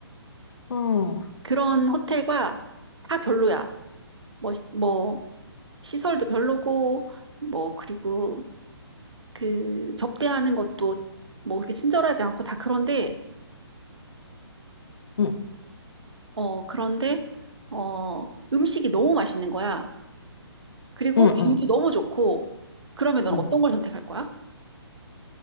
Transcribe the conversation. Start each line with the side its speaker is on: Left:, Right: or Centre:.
Left: 응,
Right: 그런 호텔과 다 별로야. 뭐, 시- 뭐, 시설도 별로고, 뭐, 그리고 그 접대하는 것도 뭐 그렇게 친절하지 않고 다 그런데,
Left: 응,
Right: 어, 그런데, 어, 음식이 너무 맛있는 거야. 그리고
Left: 응,
Right: 뷰도
Left: 응.
Right: 너무 좋고, 그러면 넌
Left: 응.
Right: 어떤 걸 선택할 거야?